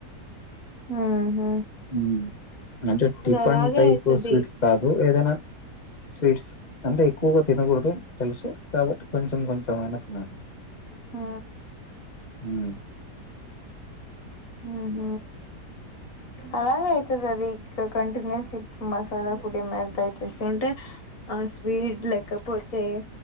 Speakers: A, on the left (about 55°); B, on the left (about 35°).
A: ఆ
B: ఉ అంటే టిఫన్
A: అలాగే
B: టైప్
A: అయితది
B: స్వీట్స్ కాదు ఏదైనా స్వీట్స్ అంటే ఎక్కువగా తినకూడదు తెలుసు కాబట్టి కొంచెం కొంచం అయిన తినాలి
A: ఆ
B: ఉమ్
A: అహ అలాగే అయితది అది గ కంటిన్యూస్ మసాలా పొడి ఏమన ట్రై చేసింటే ఆ స్వీడ్ లేకపోతే